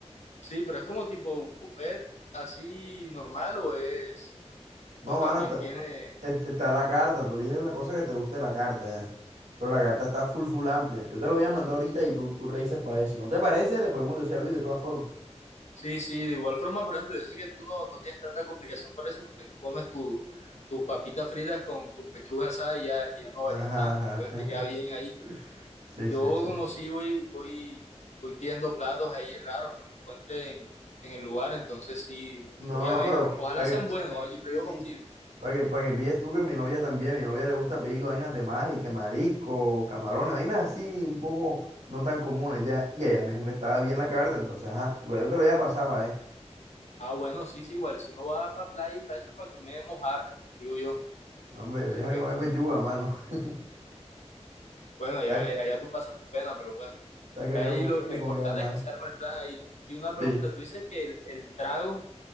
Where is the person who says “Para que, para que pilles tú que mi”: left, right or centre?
Right